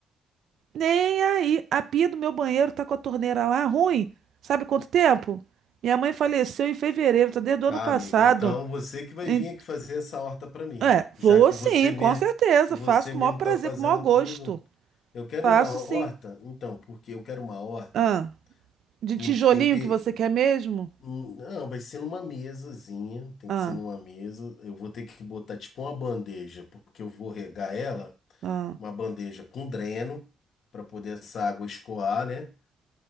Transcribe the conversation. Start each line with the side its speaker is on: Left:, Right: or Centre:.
Right: Nem aí. A pia do meu banheiro tá com a torneira lá, ruim. Sabe quanto tempo? Minha mãe faleceu em fevereiro, tá desde o
Left: Ah,
Right: ano passado.
Left: amiga, então você que vai
Right: Em-
Left: vir aqui fazer essa horta para mim,
Right: É,
Left: já
Right: vou
Left: que
Right: sim,
Left: você mesmo,
Right: com certeza.
Left: você
Right: Faço com
Left: mesmo
Right: o maior prazer,
Left: tá fazendo
Right: com o maior gosto.
Left: tudo. Eu quero
Right: Faço
Left: uma horta,
Right: sim.
Left: então, porque eu quero uma horta
Right: Ah. De
Left: com
Right: tijolinho
Left: os temper...
Right: que você quer mesmo?
Left: Hum, Não, vai ser numa mesazinha, tem
Right: Ah,
Left: que ser numa mesa. Eu vou ter que botar tipo uma bandeja, porque eu vou regar ela,
Right: ah.
Left: uma bandeja com dreno para poder essa água escoar, né?